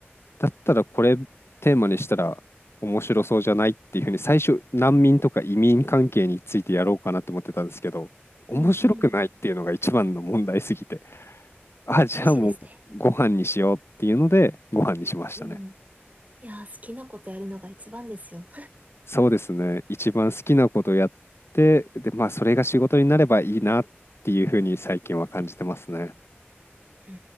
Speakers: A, on the left; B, on the right.
A: だったらこれテーマにしたら面白そうじゃないっていうふうに、最初、難民とか移民関係についてやろうかなって思ってたんですけど、面白くないっていうのが一番の問題すぎて、
B: うんうんうん。
A: <laughs> あ、じゃあもうご飯にしようっていうので、
B: 厳しいですね。
A: ご飯にしましたね。
B: うん。いやー、好きなことやるのが一番ですよ。
A: そうですね、一番好きなことやって、で、まあ、それが仕事になればいいなっていうふうに最近は感じてますね。
B: <laughs> うん